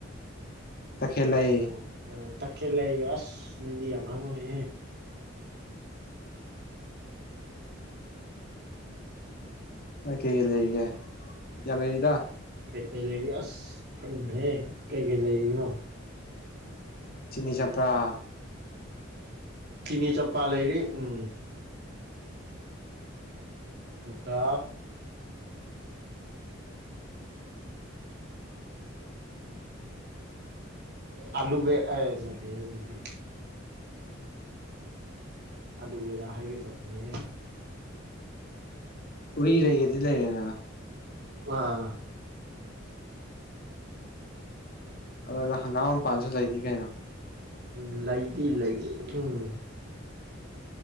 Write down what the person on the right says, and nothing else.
ꯀꯦ
ꯀꯅꯣ ꯑ ꯇꯛꯈꯦꯜꯂꯩ ꯑꯁ ꯅꯪꯗꯤ ꯌꯥꯝ ꯍꯪꯉꯤꯍ‌ꯦ
ꯀꯩꯀꯩ ꯂꯩꯔꯤ ꯑꯁ ꯈꯪꯗ꯭ꯔꯦꯍꯦ ꯀꯩ ꯀꯩ ꯂꯩꯔꯤꯅꯣ
ꯆꯤꯅꯤ ꯆꯞꯄ ꯂꯩꯔꯤ ꯎꯝ ꯑꯗꯨꯒ ꯑꯂꯨꯚ‌ꯦ ꯑ‌ꯦ ꯅꯠꯇ‌ꯦꯍ‌ꯦ ꯗꯨꯗꯤ ꯑꯂꯨꯕꯔꯥ ꯍꯥꯏꯦꯒꯦ ꯇꯧꯕꯅꯤꯍ‌ꯦ
ꯑꯥ
ꯎꯝ ꯂꯩꯗꯤ ꯏ ꯂꯩꯒꯦ ꯎꯝ